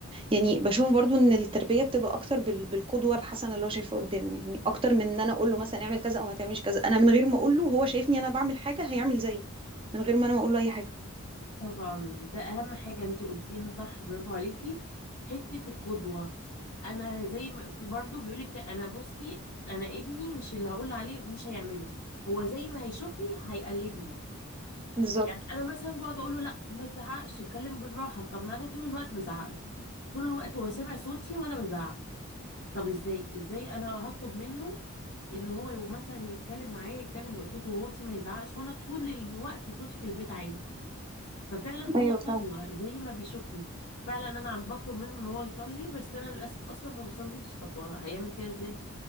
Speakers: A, on the right; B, on the left.
A: يعني بشوف برضو ان التربيه بتبقى اكتر بال- بالقدوه الحسنه اللي هو شايفها قدامه يعني اكتر من ان انا اقول له مثلا اعمل كذا او ما تعملش كذا انا من غير ما اقول له هو شايفني انا بعمل حاجه هيعمل زيي من غير ما انا اقول له اي حاجه
B: طبعا ده أهم حاجة انتي قلتيها صح برافو عليكي حتة القدوة أنا زي ما في برضه بيقولك أنا بصي أنا ابني مش اللي هقول عليه مش هيعمله هو زي ما هيشوفني هيقلدني
A: بالظبط
B: يعني أنا مثلا بقعد أقول له لا ما تزعقش اتكلم بالراحة طب ما أنا طول الوقت بزعق له طول الوقت هو سامع صوتي وانا بزعق طب ازاي ازاي انا هطلب منه ان هو يو- مثلا يتكلم معايا يتكلم بقى صوته واطي ما يزعقش وانا طول الوقت صوتي في البيت عالي ففعلا هو
A: ايوه
B: قدوة
A: فعلا
B: زي ما بيشوفني فعلا انا عم بطلب منه ان هو يصلي بس انا للاسف اصلا ما بصليش طب هو هيعمل كده ازاي